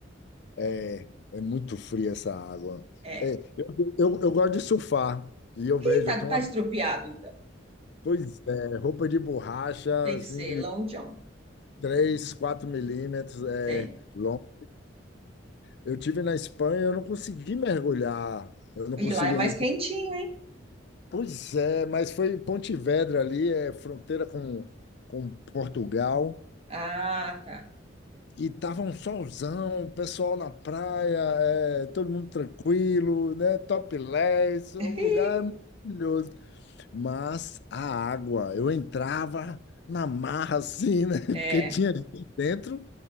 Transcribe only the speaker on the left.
É, é muito fria essa água.
É, eu, eu, eu gosto de surfar e eu vejo,
eu tenho
uma,
pois é, roupa de borracha,
assim,
de
3 4 milímetros, é
longa. Eu tive na Espanha, eu não consegui mergulhar, eu não
consegui.
Pois é, mas foi em Pontevedra ali, é fronteira com, com Portugal.
E tava um solzão, o pessoal na praia, é, todo mundo tranquilo, né? Topless,
um lugar maravilhoso. Mas a água, eu entrava na marra assim, né? <laughs>
Porque tinha gente dentro,